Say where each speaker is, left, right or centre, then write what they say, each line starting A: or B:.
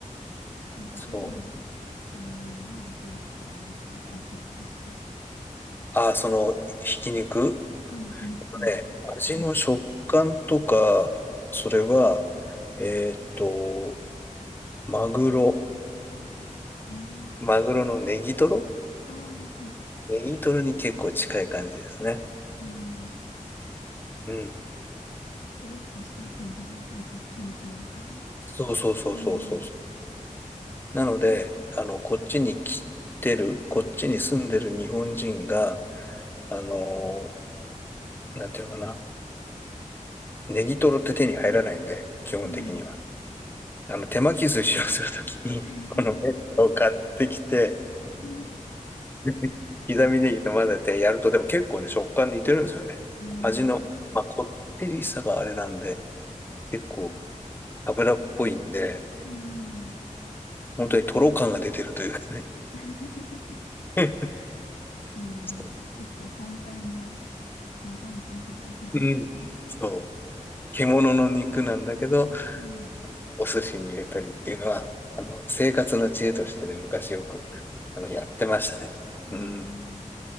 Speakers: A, on the left; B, on the left.
A: なんか、
B: そう。
A: どんな食べ物に似てるとかありますか味として。
B: ああ、その、ひき肉
A: はい、め、めっと。
B: ね味の食感とか、
A: うん。
B: それは、えーっと、マグロ、
A: ええ
B: マグロのネギトロ
A: ああ、はい。
B: ネギトロに結構近い感じですね。
A: ああ、
B: うん。
A: とろっとしてる感じなんですね。やっぱひき肉だから。
B: そうそうそうそうそうそう。
A: うん。
B: なので、あの、こっちに来てる、こっちに住んでる日本人が、あのーなんていうのかな、ネギトロって手に入らないんで、基本的には。
A: うん。
B: あの、手巻き寿司をするときに、
A: <laughs> え
B: このネットを買ってきて、
A: え
B: <laughs> 刻みネギと混ぜてやると、でも結構ね、食感似てるんですよね。
A: ええ
B: 味の、まあ、こってりさがあれなんで、結構油っぽいんで、
A: ああ。
B: 本当にとろ感が出てるというかね。
A: <laughs>
B: <laughs>
A: すごいなんか結構反対の、
B: そ
A: まあ反対の食べ物ぐらいな。
B: う。うん。そう。獣の肉なんだけど、
A: うん。
B: お寿司に入れたりっていうのは、あの、生活の知恵としてね、昔よく、あの、やってましたね。
A: ええ
B: うん。